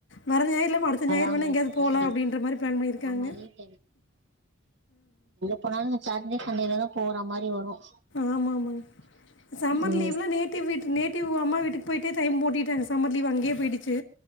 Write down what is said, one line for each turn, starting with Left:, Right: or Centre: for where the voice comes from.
Left: வர ஞாயிறு இல்லாம அடுத்த
Right: வராங்கன்ட்டு
Left: ஞாயிறு வேணா எங்கயாது போலா
Right: ஆ
Left: அப்படின்ற மாரி பிளான் பண்ணியிருக்காங்க
Right: ஆமா லீவ் போனால இந்த சேட்டர்டே சன்டே ல தான் போகிற மாதிரி வரும்
Left: ஆமாமா சம்மர்
Right: ம்
Left: லீவ்லா நேட்டிவ்வீட்டு நே <unintelligible> அம்மா வீட்டுக்கு போயிட்டே டைம் ஓட்டிட்ட சம்மர் லீவ் அங்கே போயிருச்சு